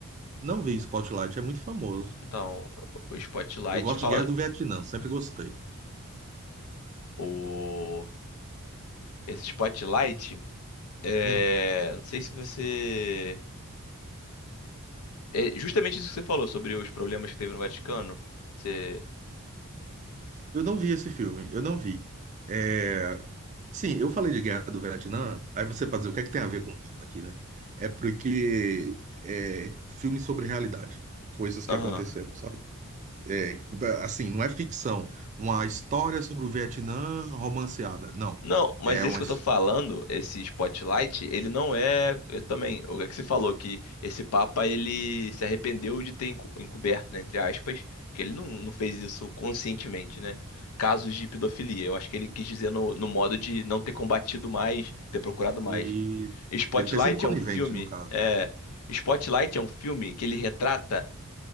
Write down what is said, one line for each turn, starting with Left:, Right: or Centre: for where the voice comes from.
Right: não vi Spotlight, é muito famoso.
Left: Então, o Spotlight
Right: Eu gosto
Left: fala
Right: de Guerra do Vietnã, sempre gostei.
Left: o esse Spotlight é,
Right: Hum,
Left: não sei se você é justamente isso que você falou sobre os problemas que teve no Vaticano. Você,
Right: eu não vi esse filme, eu não vi. É... Sim, eu falei de Guerra do Vietnã, aí você pode dizer, o que é que tem a ver com o papo aqui, né? É porque é filme sobre realidade, coisas que
Left: aham.
Right: aconteceram, sabe? é, assim, não é ficção, uma história sobre o Vietnã romanceada. Não.
Left: Não, mas
Right: É
Left: esse
Right: uma.
Left: que
Right: his-
Left: eu tô falando, esse Spotlight, ele não é. Eu também. O que você falou que esse Papa ele se arrependeu de ter enco- encoberto, né, entre aspas, que ele não, não fez isso conscientemente, né? Casos de pedofilia. Eu acho que ele quis dizer no, no modo de não ter combatido mais, ter procurado mais.
Right: Isso.
Left: Spotlight
Right: Tem tem sido conivente,
Left: é um filme.
Right: no caso.
Left: É, Spotlight é um filme que ele retrata